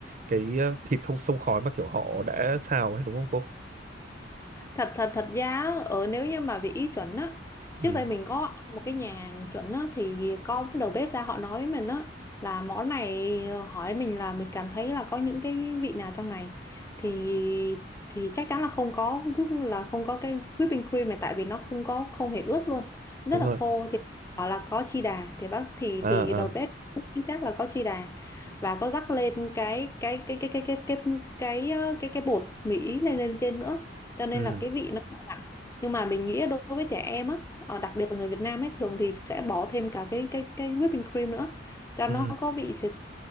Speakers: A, on the right; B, on the left.
A: cái ờ, thịt thông sông khói mà kiểu họ đã xào ấy đúng không cô?
B: thật thật thật ra á, ở nếu như mà về ý chuẩn á
A: Ừ,
B: trước đây mình có ăn một cái nhà hàng chuẩn á thì có cái đầu bếp ra họ nói với mình á là món này ờ, hỏi mình là mình cảm thấy là có những cái vị nào trong này thì thì chắc chắn là không có whip- là không có cái whipping cream này tại vì nó không có không hề ướt luôn rất
A: đúng
B: là
A: rồi.
B: khô thì bảo là có chi đà thì bác thì
A: À
B: thì đầu
A: à.
B: bếp chính xác là có chi đà và có rắc lên cái cái cái cái cái cái cái cái cái ờ, cái, cái bột Mỹ lên lên trên nữa cho nên
A: Ừ.
B: là cái vị nó không hẳn nhưng mà mình nghĩ đối với trẻ em á ờ, đặc biệt là người Việt Nam ấy thường thì sẽ bỏ thêm cả cái cái cái whipping cream nữa cho
A: Ừ,
B: nó có vị sệt